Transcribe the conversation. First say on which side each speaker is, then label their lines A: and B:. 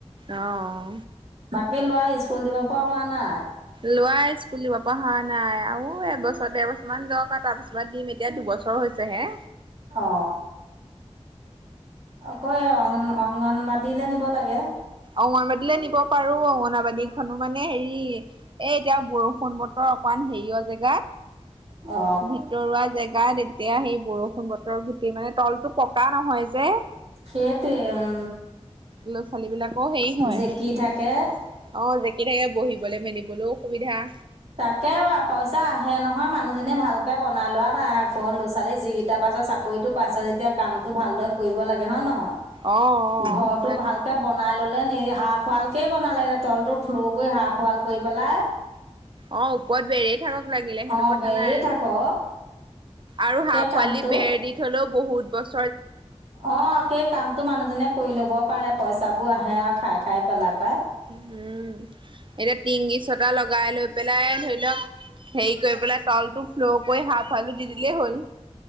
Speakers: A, on the right; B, on the right.
A: আহ
B: সেই ল'ৰা স্কুল দিব পৰা হোৱা নাই
A: লোৱ স্কুলিব পৰা হোৱা নাই আৰু এবছৰ ডৰ বছৰ মান যাক আৰু তাৰ পিছত দিম এতিয়া দুবৰ বছৰ হৈছে হে
B: অ আকৌ অ অংগনবাদ দিলে নিব লাগে
A: অংগনবাদী নিব পাৰো অংগনবাদীখনো মানে হেৰি এ এতিয়া বৰষুণ বতৰ অকমান হেৰিয় জেগাত
B: অ
A: ভিতৰুৱা জেগাত এতিয়া সেই বৰষুণ বতৰ গুটি মানে তলতটো পকা নহয় যে
B: সেইটোৱ উম
A: ল'ৰা ছোৱালী বিলাকৰ হেৰি হয়
B: জেকি থাকে
A: অ এনোকে বহিবলৈ মেলিবলৈও অসুবিধা
B: তাকে পইচা আহে নহয় মানুহজনীয়ে ভালকে বনাই লোৱা ক লৈছো ছোৱালী যিকেইটা পাইছ চাকৰিটো পাইছ যেতিয়া কামটো ভালদৰে কৰিব লাগে হয় ন নহয়
A: অ অ
B: ঘৰটো
A: জান
B: ভালকে বনাই ললো নি হাঁফ ৱালকে বনাল লাগে তলটো ফ্ল' কৰি হাঁফ ৱাল কৰি পেলাই
A: অ ওপৰত বেৰেয় থাকক লাগিলে সেইটো
B: অ
A: কথা
B: বেৰি
A: নাই
B: থাকক
A: আৰু হাঁহ
B: সেই কামটো
A: পোৱালি বেৰ দি থলেও বহুত ব্তৰ
B: অ সেই কামতো মানুহ জীয়ে কৰি ল'বও পাৰে পইচাবোৰ আহে আৰু খাই খাই পেলাই পাই
A: উম এতিয়া টিংগি চটা লগাই লৈ পেলাই ধৰি লওক হেৰি কৰি পেলাই তলটো ফ্ল' কৰি সফ আলু দি দিলেই হ'ল